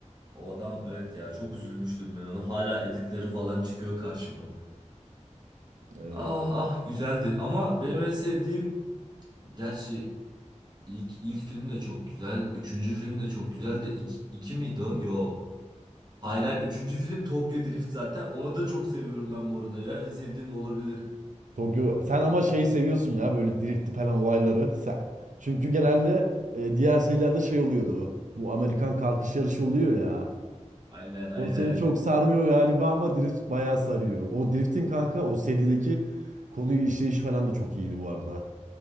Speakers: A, on the right; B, on the right.
A: O adam evet ya. Çok üzülmüştüm ben ona. Hala editleri falan çıkıyor karşıma.
B: Evet.
A: Ah ah güzeldi. Ama benim en sevdiğim gerçi ilk ilk film de çok güzel. Üçüncü film de çok güzel de iki, iki miydi o? Yo. Hayır hayır. Üçüncü film Tokyo Drift zaten. Onu da çok seviyorum ben bu arada ya. En sevdiğim o olabilir.
B: Tokyo sen ama şeyi seviyorsun ya böyle drift falan olayları. Sen- Çünkü genelde e, diğer serilerde şey oluyordu. Bu Amerikan kalkış yarışı oluyor ya.
A: Aynen aynen.
B: O seni çok sarmıyor galiba ama drift bayağı sarıyor. O driftin kanka o serideki konuyu işleyiş falan da çok iyiydi bu arada.